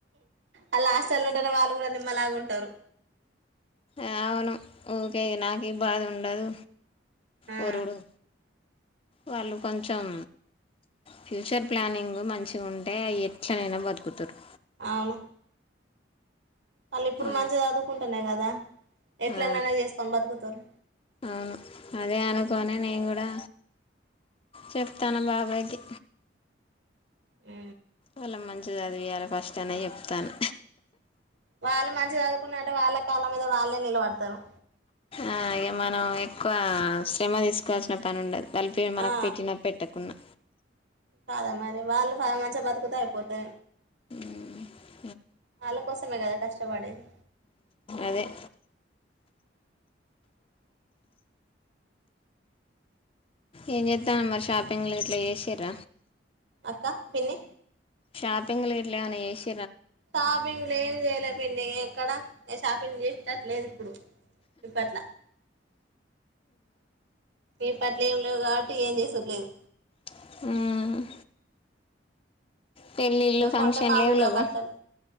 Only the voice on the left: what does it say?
అవును ఊకే నాకు ఈ బాధ ఉండదు
వొరుడు వాళ్ళు కొంచెం ఫ్యూచర్ ప్లానింగ్ మంచిగా ఉంటే ఎట్లనైనా బతుకుతరు
ఆ
ఆ
అవును అదే అనుకోని నేను కూడా చెప్తాను బాబాయ్ కి
ఆళ్ళని మంచిగ చదివియాలి ఫస్ట్ అనే చెప్తాను
ఆ ఇగ మనం ఎక్కువ శ్రమ తీసుకోవాల్సిన పని ఉండదు దల్పి మనకు
పెట్టినా పెట్టకుండా
మ్
అదే ఏం చేత్తనవ్ మరి షాపింగ్లు ఇట్లా చేసిర్ర
షాపింగ్ ఇట్ల ఏవన్న చేసి
మ్ పెళ్ళిళ్ళు
ఫంక్షన్
లేవులేవా